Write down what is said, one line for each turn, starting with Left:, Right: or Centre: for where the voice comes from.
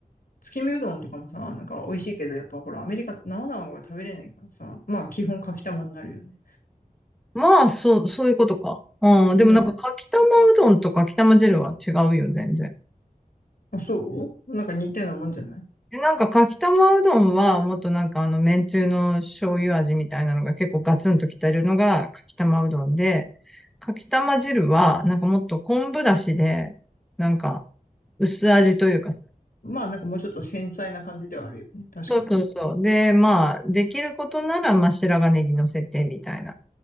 Left: 月見うどんとかもさ、なんか美味しいけど、やっぱほら、アメリカって生卵が食べれないからさ、まあ基本かきたまになるよね。
Centre: まあ、そう、そういうことか。うん。でも、
Left: うん。
Centre: なんか、かきたまうどんとかきたま汁は違うよ、全然。
Left: あ、そうなんか似たようなもんじゃない
Centre: で、なんか、かきたまうどんは、もっとなんか、あの、めんつゆの醤油味みたいなのが結構ガツンときてるのが、かきたまうどんで、かきたま汁は、なんかもっと昆布だしで、なんか、薄味というか、
Left: まあなんかもうちょっと繊細な感じではあるよね。確かにね。
Centre: そうそうそう。で、まあ、できることなら、まあ、白髪ネギ乗せてみたいな